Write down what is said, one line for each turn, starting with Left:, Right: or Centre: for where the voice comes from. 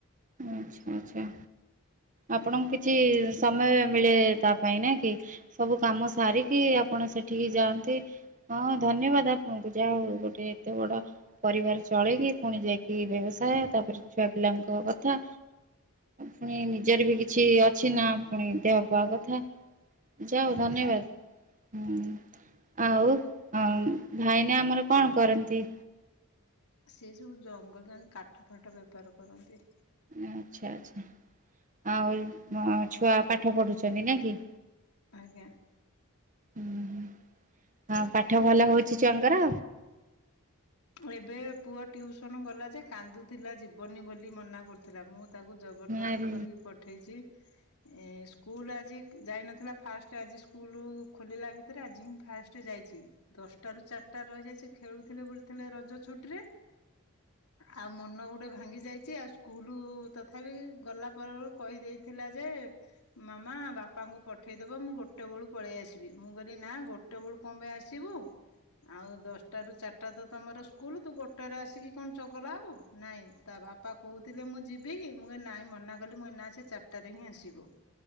Right: ଆଚ୍ଛା-ଆଚ୍ଛା। ଆପଣଙ୍କୁ କିଛି ସମୟ ମିଳେ ତା ପାଇଁ ନାଇ କି? ସବୁ କାମ
Left: ଆଜ୍ଞା
Right: ସାରିକି ଆପଣ ସେଠିକି ଯାଆନ୍ତି। ହଁ ଧନ୍ୟବାଦ ଆପଣଙ୍କୁ ଯାହା ହଉ ଗୋଟେ ଏତେ ବଡ ପରିବାର ଚଳେଇକି ପୁଣି ଯାଇକି ବ୍ୟବସାୟ ତାପରେ ଛୁଆ ପିଲାଙ୍କ କଥା। ପୁଣି ନିଜର ବି କିଛି ଅଛି ନା ପୁଣି ଦେହ ପାହ କଥା। ଯା ହଉ
Left: ଆଜ୍ଞା
Right: ଧନ୍ୟବାଦ। ହୁଁ ଆଉ ଆଁ ଭାଇନା ଆମର କଣ କରନ୍ତି?
Left: ସେ ଯୋଉ ଜଙ୍ଗଲ ଯାଆନ୍ତି କାଠ ଫାଠ ବେପାର କରନ୍ତି।
Right: ଆଚ୍ଛା ଆଚ୍ଛା ଆଉ ଅ ଛୁଆ ପାଠ ପଢୁଚନ୍ତି ନା କି?
Left: ଆଜ୍ଞା।
Right: ଉ ହୁଁ ଆଉ ପାଠ ଭଲ ହଉଚି ଛୁଆଙ୍କର?
Left: ଅ ଏବେ ପୁଅ ଟିଉସନ ଗଲା ଯେ କାନ୍ଦୁଥିଲା ଜୀବନି ବୋଲି ମନା କରୁ ଥିଲା। ମୁଁ ତାକୁ ଜବରଦସ୍ତ
Right: ଆରେ
Left: କରିକି ପଠେଇଚି। ଏ ସ୍କୁଲ ଆଜି ଯାଇନଥିଲା ଫାଷ୍ଟ ଆଜି ସ୍କୁଲ ଖୋଲିଲା। ଏଥିରେ ଆଜି ହି ଫାଷ୍ଟ ଯାଇଚି। ଦଶଟା ରୁ ଚାରିଟା ରହିଯାଇଚି। ଖେଳୁଥିଲେ ବୁଲ ଥିଲେ ରଜ ଛୁଟିରେ ଆଉ ମନ ଗୋଟେ ଭାଙ୍ଗି ଯାଇ ଚି ଆଉ ସ୍କୁଲ ତଥାପି ଗଲା ପରେ କହିଦେଇଥିଲା ଯେ ମାମା ବାପାଙ୍କୁ ପଠେଇଦବ ମୁଁ ଗୋଟେ ବଳୁ ପଳେଇ ଆସିବି ମୁଁ କହଲିି ନା ଗୋ ଟେ ବେଳୁ କଣ ପାଇଁ ଆସିବୁ, ଆଉ ଦଶଟ ର ଚାରିଟା ତ ତମର ସ୍କୁଲ ତୁ ଗୋଟେରେ ଆସିକି କଣ ଚଗଲା ହବୁ ନାଇଁ ତା ବାପା କହୁଥିଲେ ମୁଁ ଯିବି, ମୁଁ କଇଲି ନାଇଁ ମନା କଲି ମୋ ଏ ନା ସେ ଚାରିଟାରେ ହିଁ ଆସିବ।